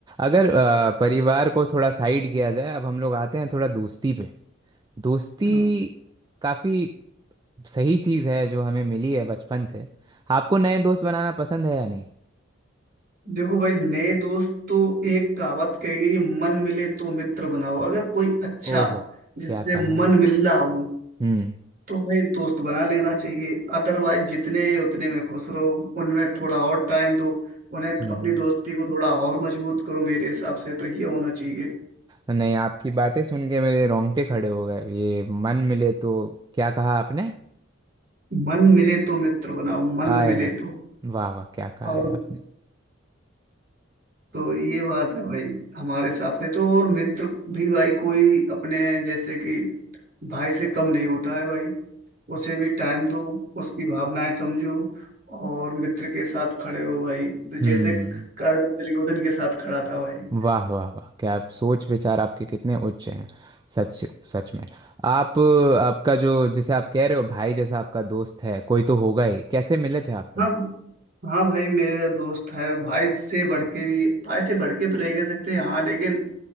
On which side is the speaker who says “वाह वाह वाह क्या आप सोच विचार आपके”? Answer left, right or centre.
Right